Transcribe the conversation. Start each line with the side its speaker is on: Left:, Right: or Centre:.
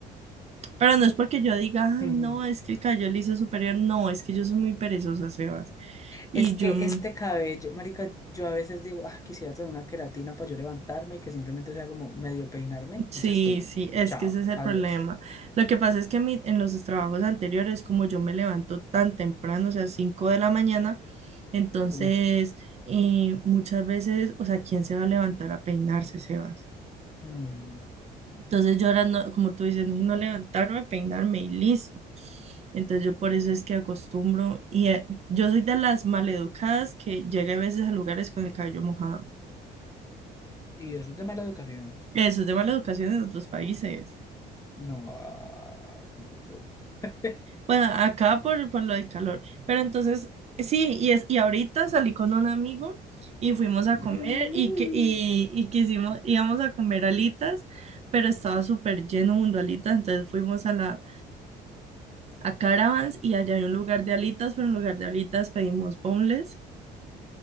Right: Pero no es porque yo diga,
Left: Ujú.
Right: ay, no, es que el Cayol hizo superior. No, es que yo soy muy perezosa, Sebas. Y
Left: Es que
Right: yo, mm,
Left: este cabello, marica, yo a veces digo, ah, quisiera tener una queratina para yo levantarme y que simplemente sea como medio peinarme
Right: sí,
Left: y ya estuvo.
Right: sí, es
Left: Chao,
Right: que ese es el
Left: adiós.
Right: problema. Lo que pasa es que mi- en los trabajos anteriores, como yo me levanto tan temprano, o sea, 5 de la mañana, entonces
Left: Uh,
Right: eh, muchas veces, o sea, ¿quién se va a levantar a peinarse, Sebas?
Left: mm.
Right: Entonces yo ahora, no, como tú dices, no no levantarme, peinarme y listo. Entonces yo por eso es que acostumbro y eh, yo soy de las maleducadas que llega a veces a lugares con el cabello mojado.
Left: Y eso es de mala educación.
Right: Eso es de mala educación en otros países.
Left: No, ah, no, prof. <laughs>
Right: Bueno, acá por, por lo del calor. Pero entonces, sí, y, es, y ahorita salí con un amigo y fuimos a
Left: No.
Right: comer y, que, y, y quisimos, íbamos a comer alitas, pero estaba súper lleno de alitas, entonces fuimos a la a Caravans y allá hay un lugar de alitas, pero en lugar de alitas pedimos boneless.